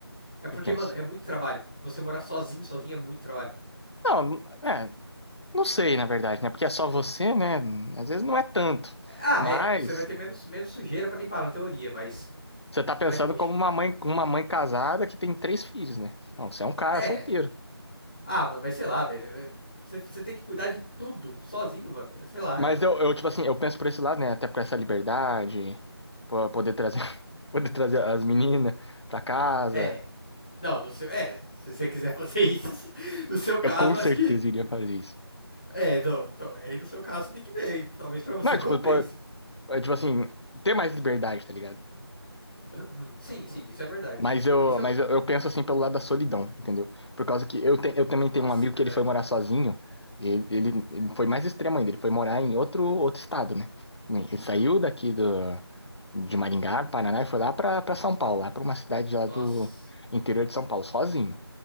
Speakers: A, in the centre; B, on the left.
A: É porque,
B: Eu penso.
A: mano, é muito trabalho. Você morar sozinho, sozinho é muito trabalho.
B: Não, é, Não sei, na verdade, né? Porque é só você, né? Às vezes não é tanto.
A: Ah,
B: Mas
A: é, você vai ter menos, menos sujeira pra limpar na teoria, mas.
B: você tá pensando
A: Mas, poxa.
B: como uma mãe, uma mãe casada que tem três filhos, né? Não, você é um cara
A: É.
B: solteiro.
A: Ah, mano, mas sei lá, velho. é, Você, você tem que cuidar de tudo sozinho, mano. Sei lá.
B: Mas eu, eu, tipo assim, eu penso por esse lado, né? Até por essa liberdade, po- poder trazer, <laughs> poder trazer as meninas pra casa.
A: É. É, Não, no seu. É, se você quiser fazer isso, <laughs> no seu caso,
B: Eu com
A: eu
B: certeza
A: acho que.
B: iria fazer isso.
A: É, não. Então, aí no seu caso você tem que ver. aí, Talvez pra você
B: Não,
A: <laughs> compense.
B: tipo, po- é, tipo assim, ter mais liberdade, tá ligado?
A: <clears throat> Sim, sim, isso é verdade.
B: Mas eu,
A: Isso.
B: mas
A: eu-
B: eu eu penso assim pelo lado da solidão, entendeu? Por causa que eu, te, eu também
A: Nossa,
B: tenho um amigo
A: é verdade.
B: que ele foi morar sozinho, e- ele, ele foi mais extremo ainda, ele foi morar em outro, outro estado, né? Ele saiu daqui do, de Maringá, Paraná, e foi lá pra, pra São Paulo, lá pra uma cidade lá
A: Nossa.
B: do interior de São Paulo, sozinho,